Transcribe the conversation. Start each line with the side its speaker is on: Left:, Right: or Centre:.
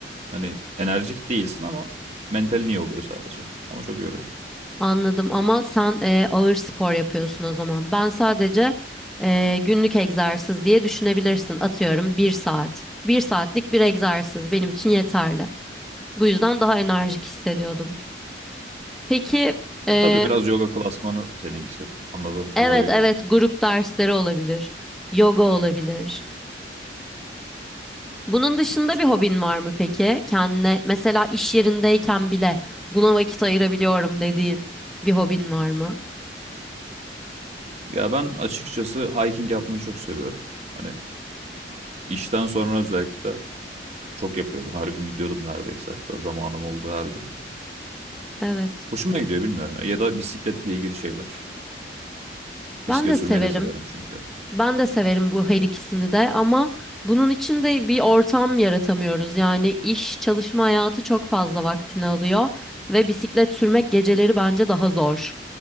Right: Hani enerjik değilsin ama mentalin iyi oluyor sadece. Ama çok yoruyor.
Centre: Anladım ama sen e, ağır spor yapıyorsun o zaman. Ben sadece e, günlük egzersiz diye düşünebilirsin. Atıyorum bir saat. Bir saatlik bir egzersiz benim için yeterli. Bu yüzden daha enerjik hissediyordum. Peki e,
Right: E tabii biraz yoga klasmanı seninkisi anladığım kadarıyla
Centre: evet evet grup dersleri olabilir. Yoga olabilir. Bunun dışında
Right: güzel.
Centre: bir hobin var mı peki? Kendine mesela iş yerindeyken bile buna vakit ayırabiliyorum dediğin bir hobin var mı?
Right: Ya ben açıkçası hiking yapmayı çok seviyorum. Hani işten sonra özellikle Çok yapıyordum. Her gün gidiyordum neredeyse. Hatta zamanım oldu her gün.
Centre: Evet.
Right: Hoşuma gidiyor bilmiyorum ya. Ya da bisikletle ilgili şeyler.
Centre: Ben
Right: Bisiklet
Centre: de
Right: sürmeyi
Centre: severim.
Right: de severim çünkü.
Centre: Ben de severim bu her ikisini de ama bunun için de bir ortam yaratamıyoruz. Yani iş, çalışma hayatı çok fazla vaktini alıyor ve bisiklet sürmek geceleri bence daha zor.